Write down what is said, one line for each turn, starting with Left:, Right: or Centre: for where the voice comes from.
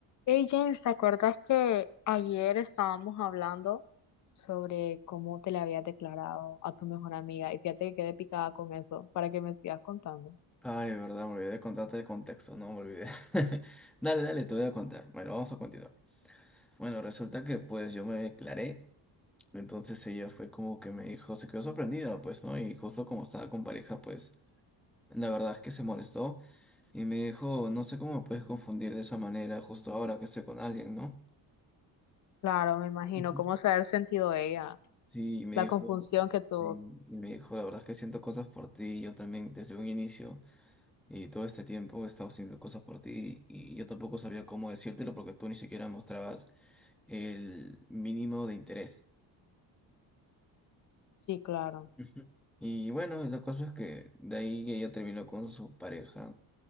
Left: Hey James, ¿te acuerdas que ayer estábamos hablando sobre cómo te le habías declarado a tu mejor amiga? Y fíjate que quedé picada con eso para que me sigas contando.
Centre: Ay, verdad, me olvidé de contarte el contexto, no me olvidé. <laughs> Dale, dale, te voy a contar. Bueno, vamos a continuar. Bueno, resulta que pues yo me declaré, entonces ella fue como que me dijo, se quedó sorprendida, pues, ¿no? Y justo como estaba con pareja, pues, la verdad es que se molestó y me dijo, no sé cómo me puedes confundir de esa manera justo ahora que estoy con alguien, ¿no?
Left: Claro, me imagino
Centre: Ujú.
Left: cómo se ha de haber sentido ella,
Centre: Sí, y me
Left: la
Centre: dijo,
Left: confusión que tuvo.
Centre: y, y me dijo, la verdad es que siento cosas por ti, yo también desde un inicio. Y todo este tiempo he estado haciendo cosas por ti y yo tampoco sabía cómo decírtelo porque tú ni siquiera mostrabas el mínimo de interés.
Left: Sí, claro.
Centre: Ujú. Y bueno, la cosa es que de ahí ella terminó con su pareja.